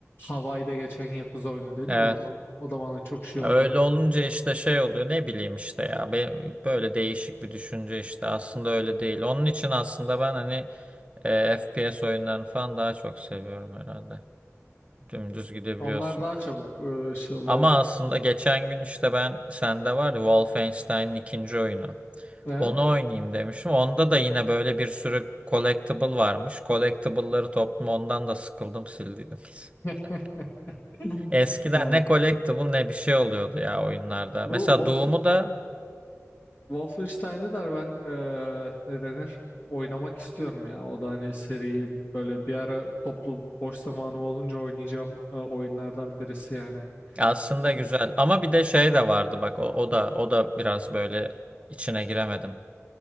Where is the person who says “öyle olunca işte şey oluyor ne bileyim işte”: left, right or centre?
Right